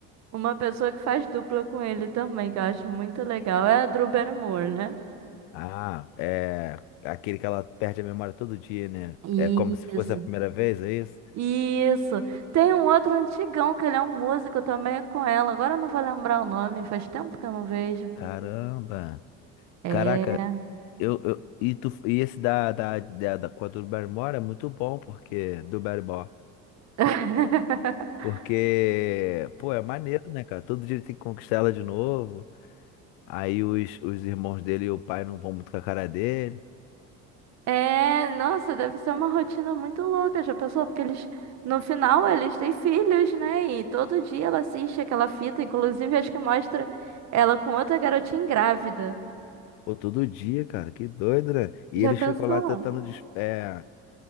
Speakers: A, on the right; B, on the left.
A: Uma pessoa que faz dupla com ele também, que eu acho muito legal, é a Drew Barrymore, né?
B: Ah, é aquele que ela perde a memória todo dia, né?
A: Isso.
B: É como se fosse a primeira vez, é isso?
A: Isso. Tem um outro antigão que ele é um músico também é com ela. Agora eu não vou lembrar o nome, faz tempo que eu não vejo.
B: Caramba.
A: É.
B: Caraca, eu, eu e, tu, e esse da, da, da, da com a do Barrymore é muito bom, porque do Barrymore.
A: <laughs>
B: Porque, pô, é maneiro, né, cara? Todo dia ele tem que conquistar ela de novo. Aí os, os irmãos dele e o pai não vão muito com a cara dele.
A: É, nossa, deve ser uma rotina muito louca, já pensou? Porque eles, no final, eles têm filhos, né? E todo dia ela assiste aquela fita, inclusive acho que mostra ela com outra garotinha grávida.
B: Pô, todo dia, cara, que doido, né? E
A: Já
B: ele
A: pensou?
B: ficou lá tentando, des- é,